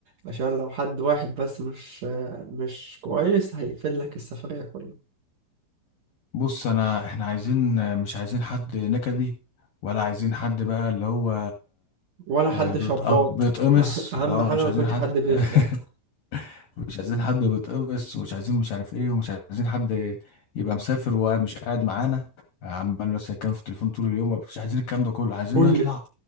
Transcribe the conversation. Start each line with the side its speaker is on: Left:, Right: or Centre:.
Right: عشان لو حد واحد بس مش آه، مش كويس هيقفل لك السفرية كلها
Left: <laughs> بص انا احنا عايزين مش عايزين حد نكدي ولا عايزين حد بقى اللي هو
Right: ولا حد
Left: آه، بيتق-
Right: شباط
Left: بيتقمص
Right: <laughs> أهم
Left: اه
Right: حاجة
Left: مش
Right: ما
Left: عايزين
Right: يكونش
Left: حد
Right: حد بيشبط
Left: <laughs> مش عايزين حد بيتقمص ومش عايزين مش عارف ايه ومش عايزين حد يبقى مسافر وقاعد مش قاعد معانا عمال بس كان في التليفون طول اليوم مش عايزين الكلام ده كله عايزين
Right: قول
Left: نطلع
Right: لي